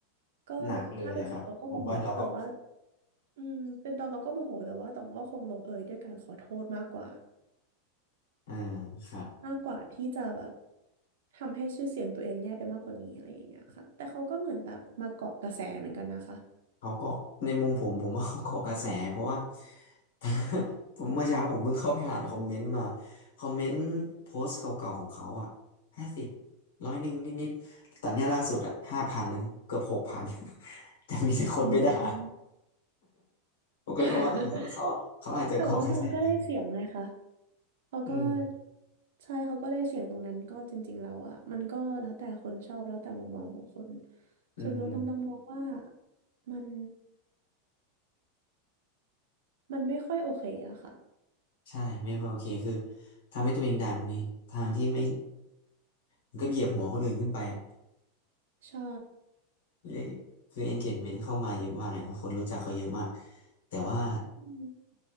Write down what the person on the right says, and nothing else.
ก็ถ้าเป็นตองตองก็โมโหแต่ว่า
อืมเป็นตองตองก็โมโหแต่ว่าตองก็คงลงเอยด้วยการขอโทษมากกว่า
มากกว่าที่จะแบบทำให้ชื่อเสียงตัวเองแย่ไปมากกว่านี้อะไรอย่างเงี้ยค่ะแต่เขาก็เหมือนแบบมาเกาะกระแสเหมือนกันนะคะ
อืม
<laughs> แต่ว่ามันก็ได้เสียงไงคะเขาก็
ใช่เขาก็ได้เสียงตรงนั้นก็จริงๆแล้วอะมันก็แล้วแต่คนชอบแล้วแต่มุมมองของคน
ส่วนตัวต้องต้องมองว่ามันมันไม่ค่อยโอเคอะค่ะ
ใช่
อืม